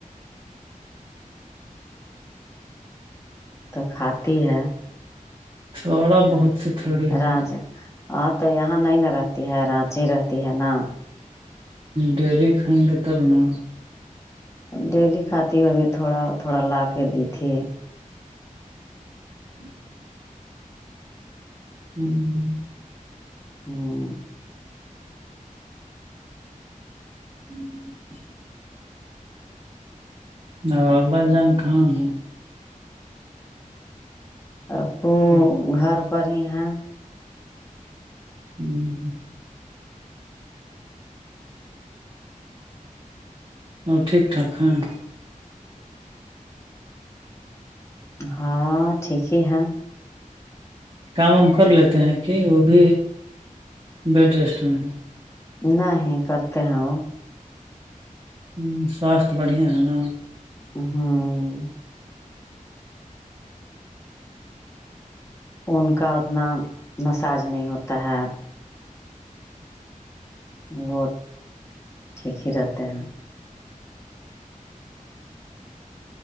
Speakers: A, on the left; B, on the right.
A: تو کھاتی ہے <unintelligible>
B: سوڑا بہت <unintelligible> ہوگا
A: رج ہ تو یہاں نہیں ن رہتی ہے رانچی رہتی ہے نا
B: ڈیلی فائیں گتا بنا
A: ڈیلی کھاتی ہوگی تھوڑا تھوڑا لا کے دی تھی
B: جی <unintelligible> ہوں <unintelligible>
A: ہوں
B: ہھ <inaudible> ن بابا جان کہاں ہے
A: ا پ
B: اب
A: گھر پر ہی ہیں
B: ہوں <unintelligible> ہ ٹھیکٹاک ہاں
A: ہاں ٹھیک ہی ہے <unintelligible>
B: کام وم کر لیتے ہیں کہ وہ بھی بیڈ ریسٹ میں ہیں
A: نہیں کرتے ہیں وہ
B: ہوں سواستھ بڑھیاں ہے نا
A: ہوں ان کا اتنا مساج نہیں ہوتا ہے وہ ٹھیک ہی رہتے ہیں